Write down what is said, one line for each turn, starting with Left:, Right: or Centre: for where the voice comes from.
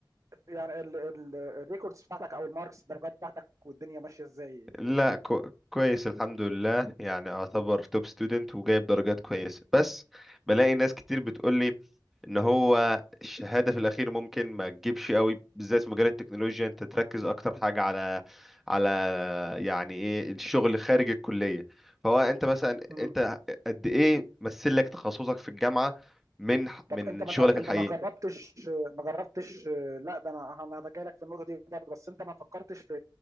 Right: يعني الريكوردز بتاعتك او الماركس الدرجات بتاعتك والدنيا ماشيه ازاي
Centre: لا كو كويس الحمد لله يعني اعتبر توب ستودنت وجايب درجات كويسة بس بلاقي ناس كتير بتقول لي ان هو الشهادة في الاخير ممكن ما تجيبش قوي بالذات في مجال التكنولوجيا انت تركز اكتر حاجة على على يعني ايه الشغل خارج الكلية فهو انت مثلا
Right: مم.
Centre: انت قد ايه مثل لك تخصصك في الجامعة من من
Right: طب انت ما
Centre: شغلك الحقيقي
Right: انت ما جربتش ما جربتش لا ده انا انا هتجاهلك لك في النقطه دي برضه بس انت ما فكرتش في